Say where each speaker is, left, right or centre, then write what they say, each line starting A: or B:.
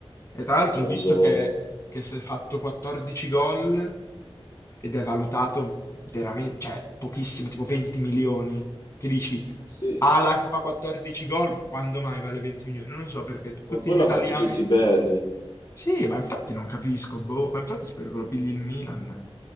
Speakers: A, on the left (about 30°); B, on the left (about 50°).
A: E tra l'altro,
B: Ciandoia.
A: ho visto che, che si è fatto 14 gol ed è valutato veramente, cioè pochissimo, tipo 20 milioni, che dici
B: Sì,
A: Ala che fa 14 gol, ma quando mai vale 20 milioni? Non lo so perché t- tutti
B: ma poi
A: gli
B: l'ha
A: italiani.
B: fatti tutti belli,
A: Sì, ma infatti non capisco, boh, ma infatti spero che lo pigli il Milan.